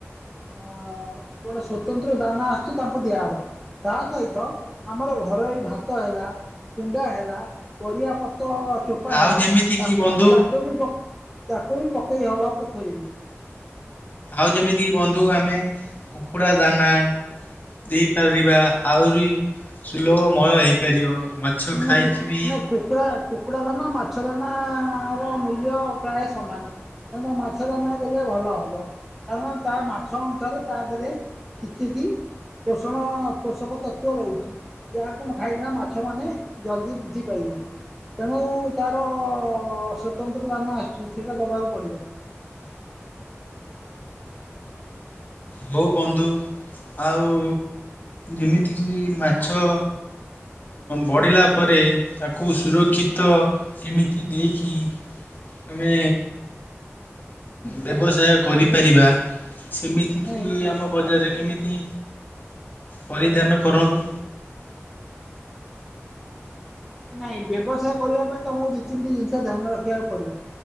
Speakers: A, in the centre; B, on the left.
A: ଅ ଗୋଟେ ସ୍ଵତନ୍ତ୍ର ଦାନା ଆସୁଛି ତାଙ୍କୁ ଦିଆହବ। ତା ସହିତ ଆମର ଘରେ ଏଇ ଭା ତ ହେଲା କୁଣ୍ଡା ହେଲା ପରିବା ପତ୍ର। ଚୋପା
B: ଆଉ
A: ହେଲା
B: ଯେମିତି କିି
A: ତାକ
B: ବନ୍ଧୁ
A: ତାକୁ ବି ପ ତାକୁ ବି ପକେଇହବ ପୋଖରୀକୁ।
B: ଆଉ ଯେମିତି ବନ୍ଧୁ ଆମେ କୁକୁଡ଼ା ଦାନା। ଦେଇପାରିବା ଆହୁରି ସୁଲଭମୟ ହେଇପାରିବ ଖାଇକି
A: ନେତୁ
B: ବି
A: ନେ କୁକୁଡ଼ା କୁକୁଡ଼ା ଦାନା ମାଛ ଦାନାର ମୂଲ୍ୟ ପ୍ରାଏ ସମାନେ। ତମେ ମାଛଦାନା ଦେଲେ ଭଲ ହବ କାରଣ ତା ମାଛ ଅନୁସାରେ ତା ଦେହରେ। କିଛି କି ପୋଷଣ ପୋଷକତତ୍ଵ ରହୁଛି। ଯାହାକୁ ମୁ ଖାଇଗଲା ମାଛ ମାନେ ଜଲଦି ବୃଦ୍ଧି ପାଇବେ। ତେଣୁ ତାର ସ୍ୱତନ୍ତ୍ର ଦାନା ଆସୁଛି ସେଇଟା ଦବାକୁ ପଡ଼ିବ।
B: ହଉ ବନ୍ଧୁ ଆଉ ଯେମିତିକି ମାଛ। ବଢ଼ିଲା ପରେ ତାକୁ ସୁରକ୍ଷିତ। କେମିତି ଦେଖେ। ଆମେ ବ୍ୟବସାୟ କରିପାରିବା ସେମି ତିକି
A: ନାଇଁ
B: ଆମ ବଜାରରେ କେମିତି ପରିଧ୍ୟାନ କରନ୍ତୁ।
A: ନାଇଁ ବ୍ୟବସାୟ କରିବାପାଇଁ ତମୁକୁ ଦିଇ ତିନଟି ଜିନିଷ ଧ୍ୟାନ ରଖିବାକୁ ପଡିବ